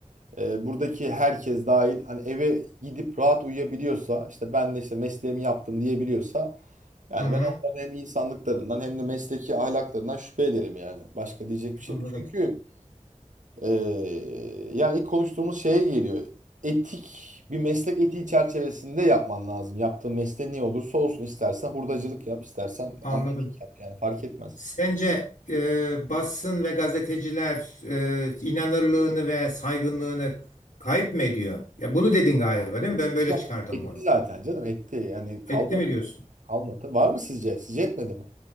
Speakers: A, on the right; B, on the left.
A: e, buradaki herkes dahil hani eve gidip rahat uyuyabiliyorsa işte ben de işte mesleğimi yaptım diyebiliyorsa Yani
B: Hı hı,
A: ben onların hem insanlıklarından hem de mesleki ahlaklarından şüphe ederim yani. Başka diyecek bir şey
B: anladım.
A: yok. Çünkü eee, yani ilk konuştuğumuz şeye geliyor. Etik bir meslek etiği çerçevesinde yapman lazım. Yaptığın mesleğin ne olursa olsun istersen hurdacılık yap, istersen
B: Anladım.
A: amelik yap yani fark etmez.
B: Sence e, basın ve gazeteciler e, inanırlığını ve saygınlığını kayıp mı ediyor? Ya bunu dedin galiba değil mi? Ben böyle
A: Yok
B: çıkardım
A: etti
B: bunu.
A: zaten canım etti yani kalmadı.
B: Etti mi diyorsun?
A: Kalmadı. Var mı sizce? Sizce etmedi mi?